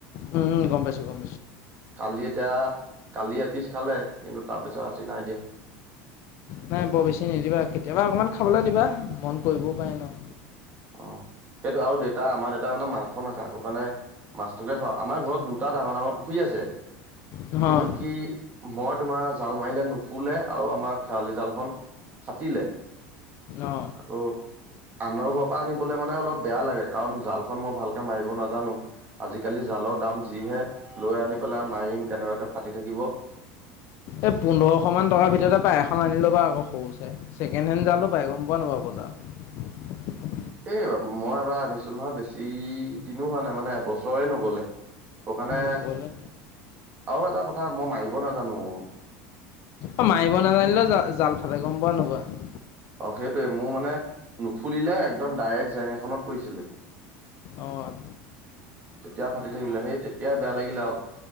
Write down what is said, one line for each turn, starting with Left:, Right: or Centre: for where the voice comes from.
Left: উম উম গম পাইছো। গম পা
Right: কালি এতিয়া কালিয এপিচ খালে কিন্তু তাৰ পিছত আজি নাই দিয়া।
Left: নাই বৰ বেছি নিদিবা। কেতিয়াবা অকমান খাবলৈ দিবা, মন কৰিবও পাৰে ন।
Right: অ' সেইটো আৰু দেউেতা আমাৰ দেউতাই মানে মাংস নাখায় টো কাৰণে। মাছটোকে খাওঁ, আমাৰ ঘৰত দুটা ডাঙৰ ডাঙৰ পুখুৰী আছে।
Left: নহয়
Right: কিন্তু। কি মই তোমাৰ জাল মাৰিলে নুফুলে আৰু আমাৰ খেৱালি জালখন ফাটিলে,
Left: অ
Right: আৰু আনৰ ঘৰ পা আনিবলৈ মানে অলপ বেয়া লাগে কাৰণ জালখন মই ভালকে মাৰিব নাজানোঁ। আজিকালি জালৰ দাম যিহে, লৈ আনি পেলাই মাৰিম কেনেবাকে ফাটি থাকিব।
Left: এই পোন্ধৰশ মান টকাৰ ভিতৰতে পাই এখন আনিলবা আকৌ সৰু চাই। ছেকেণ্ড হেণ্ড জালো পাই গম পোৱা নোপোৱা বজাৰত।
Right: এই মই এবাৰ আনিছিলো নহয় বেছি দিনো হোৱা নাই মানে এবছৰে নগলে। সেই কাৰণে,
Left: নগ'লে
Right: আৰু এটা কথা মই মাৰিব নাজানোঁ।
Left: অ' মাৰিব নাজানিলে জ জাল ফালে গম পোৱা নোপোৱা।
Right: অ' সেইটোৱে মোৰ মানে, নুফুলিলে একদম ডাইৰেক্ট জেং এখনত পৰিছিলে।
Left: অ'।
Right: তেতিয়া ফাাটি থাকিলে সেই তেতিয়াই বেয়া লাগিলে আৰু।